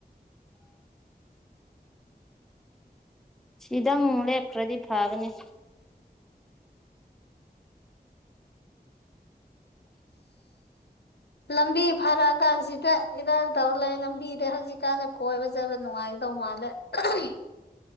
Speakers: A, in the centre; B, on the left.
A: ꯁꯤꯗꯪ ꯂꯦꯞꯈ꯭ꯔꯗꯤ ꯐꯒꯅꯤ
B: ꯂꯝꯕꯤ ꯐꯔꯑꯀꯥꯟꯁꯤꯗ ꯏꯔꯥꯡ ꯇꯧ ꯂꯩ ꯂꯝꯕꯤꯗ ꯍꯧꯖꯤꯛꯀꯥꯟ ꯀꯣꯏꯕ ꯆꯠꯄ ꯅꯨꯡꯉꯥꯏꯒꯗꯧ ꯃꯥꯜꯂꯦ <unintelligible>